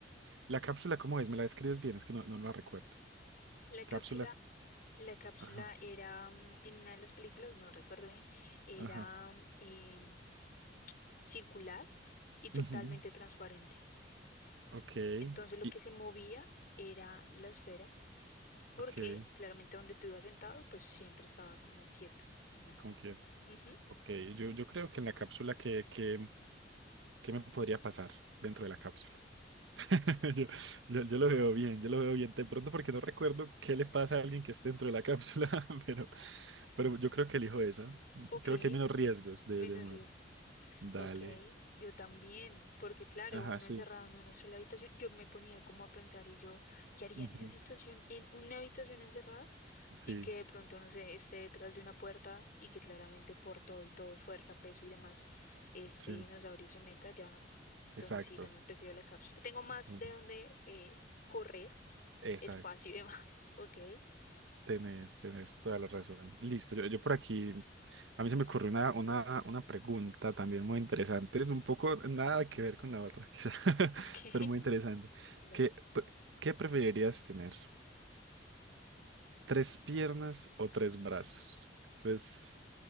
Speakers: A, on the right; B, on the left.
A: la cápsula, ¿cómo es? ¿Me la describes bien? Es que no, no la recuerdo.
B: La cápsula,
A: Cápsulas.
B: la cápsula
A: Ajá,
B: era mm, en una de las películas, no recuerdo bien, era
A: ajá.
B: mm, em, circular y totalmente
A: Ujú,
B: transparente.
A: Ok.
B: Entonces lo
A: Y,
B: que se movía era la esfera porque
A: ok,
B: claramente donde tú ibas sentado, pues siempre estaba como quieto, ¿no?
A: ¿con quién?
B: Ujú.
A: Ok, yo, yo creo que en la cápsula, que, que, ¿qué me podría pasar dentro de la cápsula? <laughs> Yo, yo- yo lo veo bien, yo lo veo bien. De pronto porque no recuerdo qué le pasa a alguien que esté dentro de la cápsula, <laughs> pero, pero yo creo que elijo esa.
B: Ok,
A: Creo que hay menos riesgos de,
B: menos
A: de muerte.
B: riesgo.
A: Dale.
B: Ok, yo también, porque claro,
A: Ajá,
B: uno
A: sí.
B: encerrado en una sola habitación, yo me ponía como a pensar y yo, ¿qué haría
A: Ujú.
B: en esa situación? En una habitación encerrada
A: Sí,
B: y que de pronto, no sé, esté detrás de una puerta y que claramente por todo y todo, fuerza, peso y demás, este
A: sí,
B: dinosaurio se meta ya. Entonces
A: exacto.
B: sí, también prefiero la cápsula. Tengo más
A: Ujú.
B: de dónde eh, correr,
A: Exacto.
B: espacio y demás. <laughs> Ok,
A: Tenés, tenés toda la razón. Listo, yo, yo por aquí, a mí se me ocurrió una, una, una pregunta también muy interesante. Es un poco nada que ver con la otra, <laughs> quizá,
B: ok.
A: pero muy interesante.
B: Dale.
A: ¿Qué, pre- qué preferirías tener? tres piernas o tres brazos. Entonces,